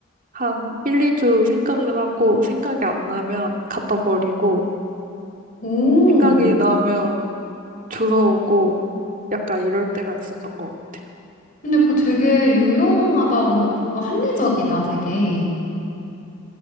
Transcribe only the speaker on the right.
한 1, 2주 생각을 하고, 생각이 안 나면 갖다 버리고,
생각이 나면 주워 오고, 약간 이럴 때가 있었던 것 같아요.